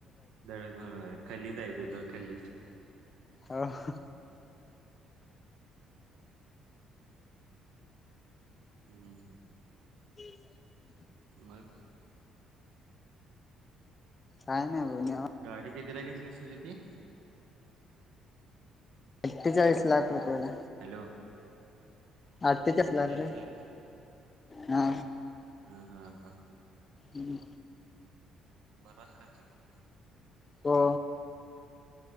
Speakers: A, on the right (about 80°); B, on the left (about 25°).
A: दड <unintelligible> खल्ली ज्याचं तर खल्लीच
B: आ हा.
A: हम्म हम्म.
B: <inaudible>
A: मग
B: काय नाय हो निवा
A: गाडी कितीला घेतलीस तुझी ती?
B: अठ्ठे चाळीस लाख रुपयाेला.
A: हॅलो.
B: आत ते चस
A: अठ्ठेचाळीस
B: लागरे
A: लाख
B: हा.
A: हा हा हा.
B: हम्म.
A: बराच खर्च केलं.
B: हो.